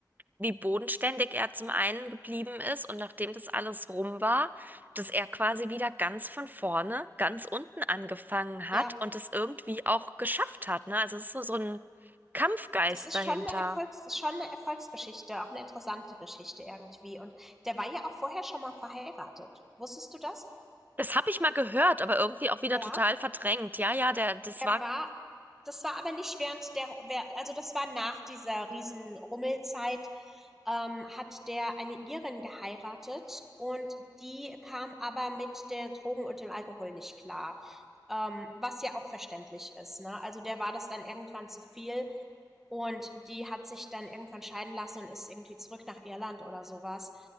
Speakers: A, on the right; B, in the centre.
A: wie bodenständig er zum einen geblieben ist und nachdem das alles rum war, dass er quasi wieder ganz von vorne, ganz unten angefangen hat
B: Ja.
A: und es irgendwie auch geschafft hat, ne? Also es ist so, so ein Kampfgeist
B: Das ist
A: dahinter.
B: schon eine Erfolgs ist schon 'ne Erfolgsgeschichte, auch eine interessante Geschichte irgendwie. Und der war ja auch vorher schon mal verheiratet. Wusstest du das?
A: Das habe ich mal gehört, aber irgendwie auch wieder
B: Ja,
A: total verdrängt. Ja, ja, der, das
B: der
A: war.
B: war das war aber nicht während der wer also, das war nach dieser Riesenrummelzeit, ähm, hat der eine Irin geheiratet und die kam aber mit den Drogen und dem Alkohol nicht klar, ähm, was ja auch verständlich ist, ne? Also, der war das dann irgendwann zu viel Und die hat sich dann irgendwann scheiden lassen und ist irgendwie zurück nach Irland oder sowas.